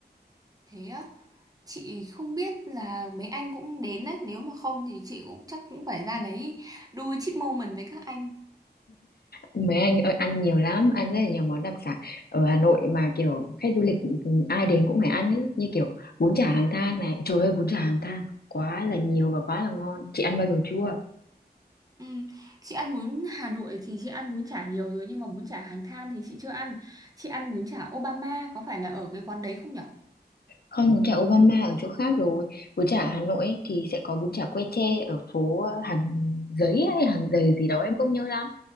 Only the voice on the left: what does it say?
Mấy anh ơi, ăn nhiều lắm, ăn rất là nhiều món đặc sản ở Hà Nội mà kiểu khách du lịch ừ, ai đến cũng phải ăn ý, như kiểu bún chả Hàng Than này. Trời ơi, bún chả Hàng Than quá là nhiều và quá là ngon. Chị ăn bao giờ chưa?
Không, bún chả Obama ở chỗ khác rồi. Bún chả ở Hà Nội ấy, thì sẽ có bún chả que tre ở phố ờ, hàng giấy hay hàng giày gì đó em không nhớ lắm.